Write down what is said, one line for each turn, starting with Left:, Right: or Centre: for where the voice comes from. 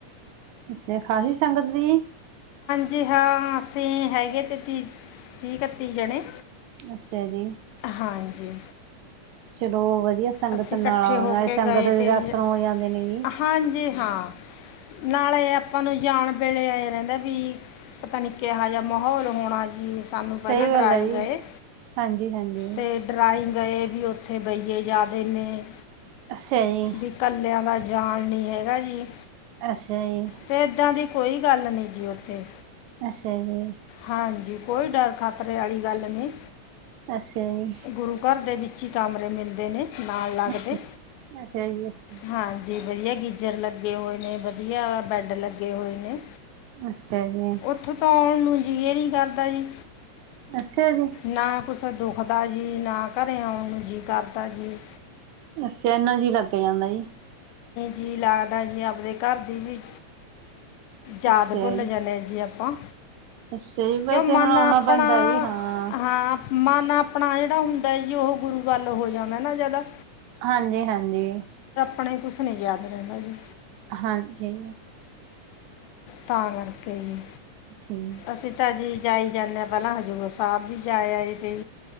Right: <unintelligible>
Left: ਜੀ ਹਾਂ ਅਸੀਂ ਹੈਗੇ ਤੇ, ਤੀਹ, ਤੀਹ ਇਕੱਤੀ ਜਣੇ।
Right: ਅੱਛਾ ਜੀ।
Left: ਹਾਂਜੀ
Right: ਚਲੋ ਵਧੀਆ ਵਧੀਆ ਸੰਗਤ
Left: ਅਸੀਂ
Right: ਨਾਲ,
Left: ਇਕੱਠੇ ਹੋ
Right: ਨਾਲੇ
Left: ਕੇ
Right: ਸੰਗਤ
Left: ਗਏ
Right: ਦੇ
Left: ਤੇ
Right: ਦਰਸ਼ਨ
Left: ਜੀ
Right: ਹੋ ਜਾਂਦੇ ਨੇ ਜੀ।
Left: ਹਾਂਜੀ ਹਾਂ ਨਾਲੇ ਆਪਾਂ ਨੂੰ ਜਾਣ ਵੇਲੇ ਇਹ ਰਹਿੰਦਾ ਵੀ ਪਤਾ ਨੀ ਕਿਹੋ ਜਿਹਾ ਮਾਹੌਲ ਹੋਣਾ ਜੀ। ਸਾਨੂੰ ਪਹਿਲਾਂ
Right: ਸਹੀ
Left: ਡਰਾਈ
Right: ਗੱਲ ਹੈ ਜੀ,
Left: ਗਏ,
Right: ਹਾਂਜੀ-ਹਾਂਜੀ,
Left: ਤੇ ਡਰਾਈ ਗਏ ਵੀ ਉੱਥੇ ਬਈਏ ਜ਼ਿਆਦੇ ਨੇ
Right: ਅੱਛਾ ਜੀ।
Left: ਵੀ ਕੱਲਿਆ ਵਾ ਜਾਣ ਨੀ ਹੈਗਾ ਜੀ।
Right: ਅੱਛਾ। ਜੀ,
Left: ਤੇ ਏਦਾਂ ਦੀ ਕੋਈ ਗੱਲ ਨੀ ਜੀ ਉੱਥੇ
Right: ਅੱਛਾ ਜੀ।
Left: ਹਾਂਜੀ। ਕੋਈ ਡਰ ਖਤਰੇ ਵਾਲੀ ਗੱਲ ਨਹੀਂ।
Right: ਅੱਛਾ। ਜੀ,
Left: ਗੁਰੂ ਘਰ ਦੇ ਵਿੱਚ ਅੱਚੇ ਕਮਰੇ ਮਿਲਦੇ ਨੇ ਨਾਲ ਲੱਗਦੇ
Right: ਅੱਛਾ ਅਛਾ ਆ ਅੱਛਾ
Left: ਹਾਂਜੀ ਵਧੀਆ ਗੀਜਰ ਲੱਗੇ ਹੋਏ ਨੇ ਵਧੀਆ ਬੈਡ ਲੱਗੇ ਹੋਏ ਨੇ।
Right: ਅੱਛਾ ਜੀ,
Left: ਉੱਥੋਂ ਤਾਂ ਆਉਣ ਨੂੰ ਜੀ ਇਹ ਨੀ ਕਰਦਾ ਜੀ।
Right: ਅੱਛਾ ਜੀ।
Left: ਨਾ ਕੁਛ <unintelligible> ਦਾ ਜੀ ਨਾ ਘਰੇ ਆਉਣ ਨੂੰ ਜੀਅ ਕਰਦਾ ਜੀ।
Right: ਸਿਆਨਾ ਜੀ ਲੱਗ ਜਾਂਦਾ ਜੀ।
Left: ਜੀਅ ਲੱਗਦਾ ਜੀ ਆਪਣੇ ਘਰ ਦੀ ਵੀ ਯਾਦ
Right: ਅੱਛਾ
Left: ਭੁੱਲ
Right: ਜੀ।
Left: ਜਾਂਦੇ ਜੀ ਆਪਾਂ
Right: ਅੱਛਾ ਜੀ। ਵੈਸੇ
Left: ਕਿਉਂ ਮਨ
Right: ਹੁਣ ਆਉਣਾ
Left: ਆਪਣਾ
Right: ਪੈਂਦਾ ਹਾਂ।
Left: ਹਾਂ ਮਨ ਆਪਣਾ ਜਿਹੜਾ ਹੁੰਦਾ ਹੈ। ਜੀ ਉਹ ਗੁਰੂ ਵੱਲ ਹੋ ਜਾਂਦਾ ਨਾ ਜਿਆਦਾ
Right: ਹਾਂਜੀ, ਹਾਂਜੀ।
Left: ਆਪਣੇ ਕੁਛ ਨੀ ਯਾਦ ਰਹਿੰਦਾ ਜੀ।
Right: ਹਾਂਜੀ।
Left: ਤਾਂ ਕਰਕੇ ਜੀ।
Right: ਠੀਕ
Left: ਅਸੀਂ ਤਾਂ ਜੀ। ਜਾਈ ਜਾਂਦੇ ਹ ਪਹਿਲਾਂ ਹਜ਼ੂਰ ਸਾਹਿਬ ਜੀ ਜਾਏ ਆਏ ਤੇ